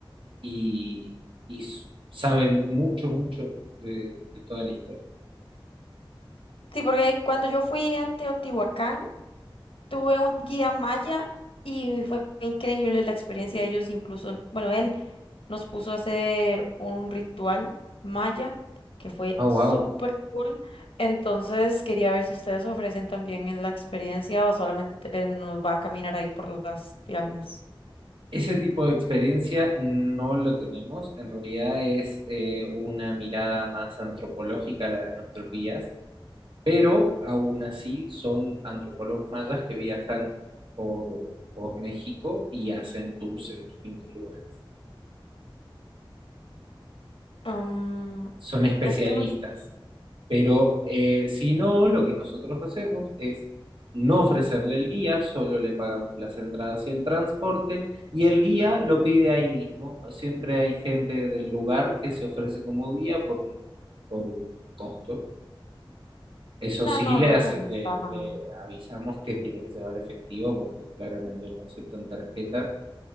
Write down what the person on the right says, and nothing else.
y, y s- saben mucho, mucho de, de toda la historia.
Oh,
wow.
Ese tipo de experiencia no lo tenemos. En realidad es eh, una mirada más antropológica la de nuestros guías pero aún así son antropólogos mayas que viajan por, por México y hacen tours en distintos lugares.
Son especialistas,
pero eh, si no, lo que nosotros hacemos es no ofrecerle el guía, solo le pagamos las entradas y el transporte, y el guía lo pide ahí mismo. Siempre hay gente del lugar que se ofrece como guía por un, por un costo. Eso
sí,
le,
hace-
le,
le avisamos que tiene que llevar efectivo porque claramente no aceptan tarjeta,